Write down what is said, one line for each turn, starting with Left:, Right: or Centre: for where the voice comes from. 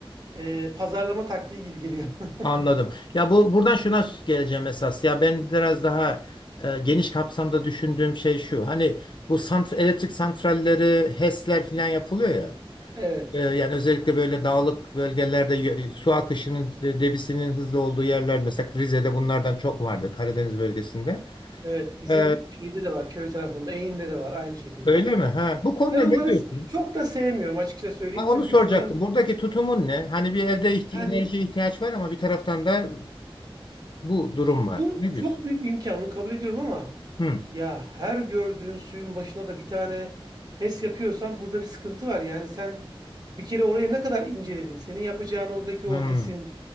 Right: e, pazarlama taktiği gibi geliyor. <laughs>
Left: anladım. Ya bu buradan şuna geleceğim esas. Ya ben biraz daha e, geniş kapsamda düşündüğüm şey şu. Hani bu sant elektrik santralleri, HES'ler filan yapılıyor ya.
Right: Evet.
Left: E, Yani özellikle böyle dağlık bölgelerde y- su akışının de- debisinin hızlı olduğu yerler mesela Rize'de bunlardan çok vardı Karadeniz bölgesinde.
Right: Evet. Bizim
Left: E,
Right: şeyde de var. Köy tarafında. Eğin'de de var aynı şekilde.
Left: öyle mi? Ha, bu konuda
Right: Ben onları
Left: ne diyorsun?
Right: çok da sevmiyorum açıkça söyleyeyim.
Left: Ha, onu
Right: Çünkü
Left: soracaktım.
Right: şu an
Left: Buradaki tutumun ne? Hani bir evde ihti
Right: yani
Left: enerjiye ihtiyaç var ama bir taraftan da bu durum
Right: Şimdi
Left: var.
Right: bu
Left: Ne diyorsun?
Right: çok büyük bir imkan, onu kabul ediyorum ama
Left: Hı.
Right: ya her gördüğün suyun başına da bir tane HES yapıyorsan burada bir sıkıntı var. Yani sen bir kere orayı ne kadar inceledin? Senin yapacağın oradaki
Left: Hı.
Right: o HES'in,